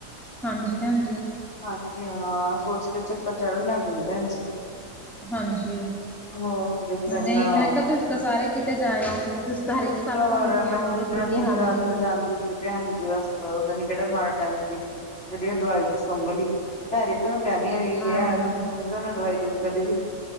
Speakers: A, in the centre; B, on the left.
A: ਹਾਂਜੀ, ਭੈਣ ਜੀ।
B: ਹਾਂਜੀ, ਹਾਂ ਸੋਚ ਕੇ ਚੱਕਰ ਚੜਨ ਲੱਗ ਜਾਂਦੇ ਭੈਣ ਜੀ।
A: ਹਾਂਜੀ,
B: ਹੋਰ ਦੇਖ ਲੋ ਇੰਨਾ
A: ਨਹੀਂ ਮੈਂ ਕਿਹਾ ਤੁਸੀਂ ਤਾਂ ਸਾਰੇ ਕਿਤੇ ਜਾਏ ਆਉਂਦੇ ਸੀ ਤੁ ਤਾਂ ਹਰੇਕ ਸਾਲ
B: ਹੋਰ
A: ਘੁੰਮ ਕੇ
B: ਮੈਂ
A: ਆਉਂਦੇ ਸੀਗੇ
B: ਮਨੀ
A: ਹਾਂਜੀ।
B: ਕਰਨ ਜਾਂਦੀ ਸੀ ਭੈਣ ਜੀ, ਬਸਓਦਾ ਨੀ ਕਿਹੜਾ ਮਾੜਾ ਟੈਮ ਸੀ ਕਿਹੜੀ ਉਹ ਦਵਾਈ ਜ ਸੁੰਘਲੀ ਮੈਂ ਹਰ ਇੱਕ ਨੂੰ ਕਹਿਨੀ ਹੋ
A: ਹਾਂਜੀ,
B: ਆ ਸੁੰਗਿਓ ਨਾ ਦਵਾਈ ਦੂਈ ਕਦੇ ਵੀ।